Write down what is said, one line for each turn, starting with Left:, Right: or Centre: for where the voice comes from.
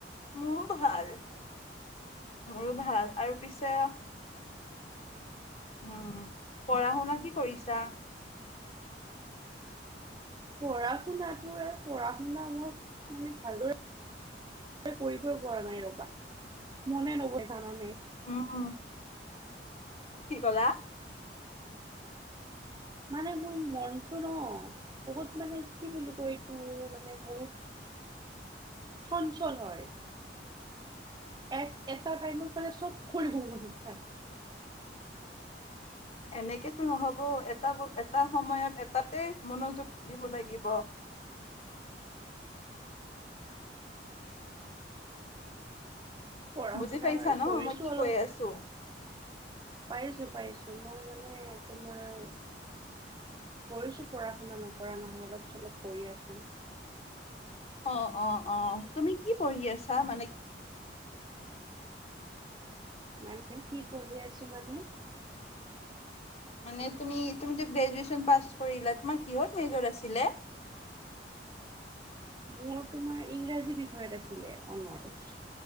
Left: মোৰো ভাল মোৰ ভাল আৰু পিছে উম পঢ়া শুনা কি কৰিছা?
Right: পঢ়া শুনাটোে পঢ়া শুনা মই মানে ভালদৰে কৰিবই পৰা নাই ৰবা মনে নবহে যান নে
Left: উম কি কলা‌‌?
Right: মানে মোৰ মনটো ন বহুত মানে কি বুলি কয় এইটো মানে বহুত চঞ্চল হয়। এক এটা টাইমত মানে চব খৰি মাই
Left: এনেকেতো নহব এটা এটা সময়ত এটাতে মনোযোগ দিব লাগিব।
Right: পঢ়া
Left: বুজি
Right: শুনা
Left: পাইছা
Right: বাৰু
Left: ন
Right: কৰিছো
Left: মই কি
Right: অলপ
Left: কৈ আছো
Right: পাইছো পাইছো মই মানে তোমাৰ কৰিছো পঢ়া শুনা নকৰা নহয় অলপ অলপ কৰি আছো
Left: অ অ অ তুমি কি পঢ়ি আছা মানে
Right: মানে কি পঢ়ি আছো মানে
Left: মানে তুমি তুমিত গ্ৰেজুৱেচন পাছ কৰিলা তোমাৰ কিহত মেজৰ আছিলে?
Right: মোৰ তোমাৰ ইংৰাজী বিষয়ত আছিলে অনৰছ